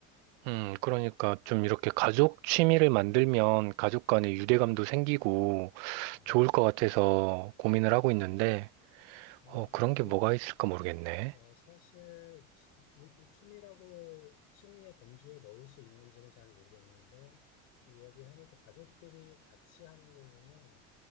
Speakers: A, on the right; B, on the left.
A: 음,
B: 음,
A: 그러니까 좀 이렇게 가족 취미를 만들면 가족 간의
B: 음,
A: 유대감도 생기고
B: 음.
A: 좋을 것 같아서 고민을 하고 있는데,
B: 어, 정말
A: 어,
B: 좋은데,
A: 그런 게 뭐가 있을까 모르겠네.
B: 어, 사실 이- 이 취미라고 취미의 범주에 넣을 수 있는지는 잘 모르겠는데, 그 이야기를 하니까 가족들이 같이 하는 거는